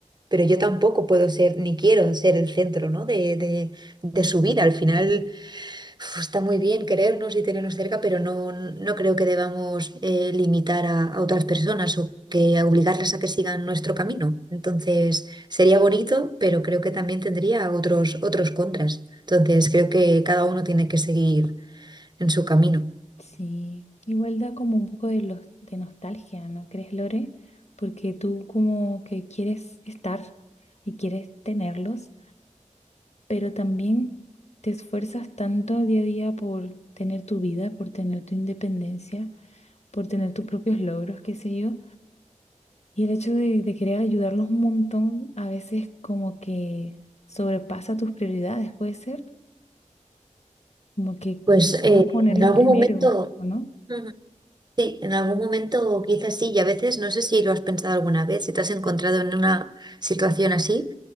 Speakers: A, on the right; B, on the left.
A: pero yo tampoco puedo ser, ni quiero ser el centro, ¿no? De, de- de su vida. Al final, uf, está muy bien querernos y tenernos cerca, pero no, no creo que debamos eh, limitar a, a otras personas o que a obligarles a que sigan nuestro camino. Entonces, sería bonito, pero creo que también tendría otros, otros contras. Entonces, creo que cada uno tiene que seguir en su camino.
B: Sí, igual da como un poco de, los, de nostalgia, ¿no crees, Lore? Porque tú como que quieres estar y quieres tenerlos, pero también te esfuerzas tanto día a día por tener tu vida, por tener tu independencia, por tener tus propios logros, qué sé yo. Y el hecho de, de querer ayudarlos un montón a veces como que sobrepasa tus prioridades, puede ser, como que
A: Pues
B: quieras
A: eh,
B: ponerlos
A: en algún
B: primero,
A: momento,
B: ¿o no?
A: Ujú. sí, en algún momento quizás sí, y a veces no sé si lo has pensado alguna vez, si te has encontrado en una situación así,